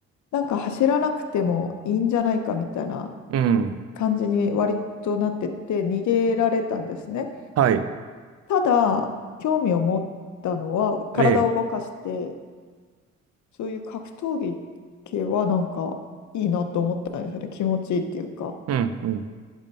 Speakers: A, on the left; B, on the right.
A: なんか走らなくてもいいんじゃないかみたいな
B: うん。
A: 感じに割となってて、逃げられたんですね。
B: はい。
A: ただ、興味を持ったのは、体を動かして、
B: ええ。
A: そういう格闘技系はなんかいいなと思ったんですよね。気持ちいいっていうか。
B: うん。うん。